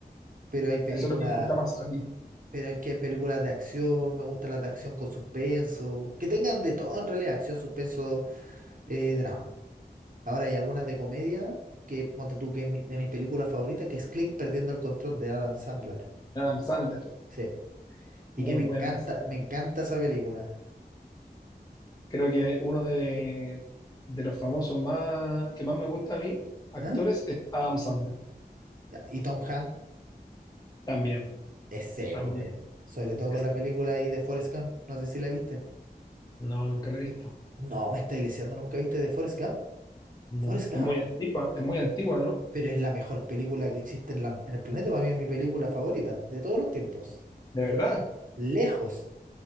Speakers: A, on the right; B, on the left.
A: Pero hay películas,
B: Eso es lo que te gusta más a ti.
A: pero es que hay películas de acción, me gustan las de acción con suspenso, que tengan de todo en realidad, acción, suspenso, eh, drama. Ahora hay algunas de comedia que, ponte tú, que es mi- de mis películas favoritas, que es Click perdiendo el control de Adam Sandler.
B: Adam Sandler,
A: Sí. Y
B: muy
A: que me
B: buena
A: encanta,
B: esa. cara.
A: me encanta esa película.
B: Creo que uno de, de los famosos más que más me gusta a mí, actores,
A: ¿Ah?
B: es Adam Sandler.
A: Ya, Y Tom Hanks
B: También,
A: es seco,
B: también.
A: eh. Sobre todo
B: Es-
A: con la película ahí de Forrest Gump. No sé si la viste.
B: no, nunca la he visto.
A: No, me estoy leseando, ¿nunca viste de Forrest Gump?
B: No.
A: ¿Forrest Gump?
B: Es muy antigua, es muy antigua, ¿no?
A: Pero es la mejor película que existe en, la- en el planeta. Para mí es mi película favorita de todos los tiempos.
B: De verdad.
A: Lejos,